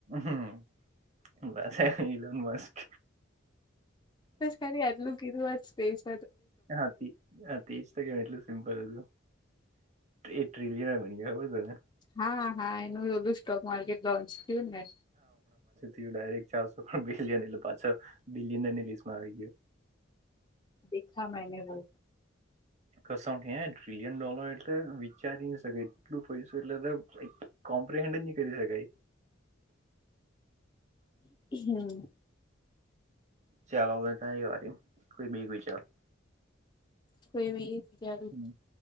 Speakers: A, on the right (about 35°); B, on the left (about 25°).
A: હમ બસ ઇલોન મસ્ક
B: બસ ખાલી આટલું કીધુંવા જ સ્ વે છે
A: તજ તો કે એટલું સિમ્પલ હતું એ ટ્રિલીિયન બની ગ હો તોના
B: હા હા એનુંલું સ્ટોક માર્કેટ લોન્ચ થયું ને
A: ડરેક્ટ ચારસો બિલિયન એટલે પાછો બિલિન લીસ્ટમાં આવી ગયો
B: દેખા મેને રો
A: કસ ટ્રિલિયન ડોલર એટલે વિચારી ન શકે એટલું પૈસું એટલે કોમ્પ્રિહેન્ડ નહી કરી શકાય
B: <inaudible> હમ
A: ચાલો તારી વાર કોઈ બેક વિચાર
B: કોઈજાડું
A: હમ,